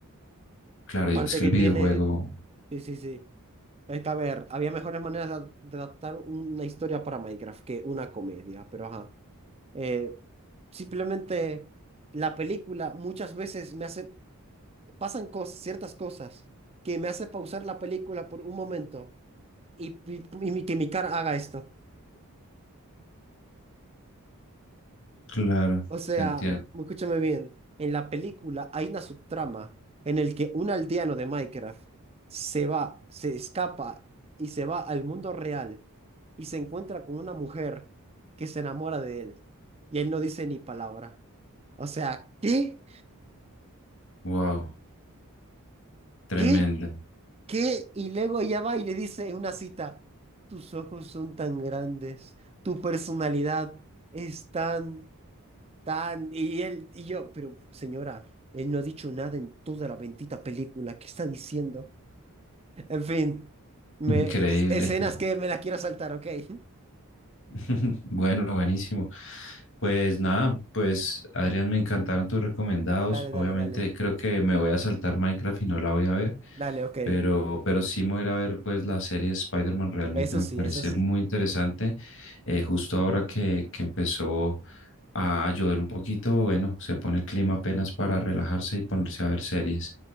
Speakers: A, on the left; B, on the right.
A: Claro,
B: Aparte
A: y es que
B: que
A: el videojuego,
B: tiene, sí, sí, sí. Es que, a ver, había mejores maneras de, ad- de adaptar una historia para Minecraft que una comedia, pero ajá. Eh, simplemente la película muchas veces me hace, pasan cosas, ciertas cosas que me hace pausar la película por un momento y, y- y mi- que mi cara haga esto.
A: claro,
B: O sea,
A: te entiendo.
B: escúchame bien, en la película hay una subtrama en el que un aldeano de Minecraft se va, se escapa y se va al mundo real y se encuentra con una mujer que se enamora de él y él no dice ni palabra. O sea, ¿qué?
A: Wow, tremendo,
B: ¿Qué? ¿Qué? Y luego ella va y le dice en una cita, tus ojos son tan grandes, tu personalidad es tan, tan... Y él y yo, pero señora, él no ha dicho nada en toda la bendita película, ¿qué está diciendo? En fin, me,
A: <laughs> increíble.
B: es- escenas que me las quiero saltar, ¿ok? <laughs>
A: <laughs> Bueno, buenísimo. Pues nada, pues Adrián, me encantaron tus recomendados.
B: Dale,
A: Obviamente
B: dale, dale,
A: creo que me voy a saltar Minecraft y no la voy a ver,
B: dale, ok.
A: pero, pero sí me voy a ir a ver pues la serie Spider-Man, realmente
B: Eso
A: me
B: sí,
A: parece
B: eso sí.
A: muy interesante. Eh, justo ahora que, que empezó a llover un poquito, bueno, se pone el clima apenas para relajarse y ponerse a ver series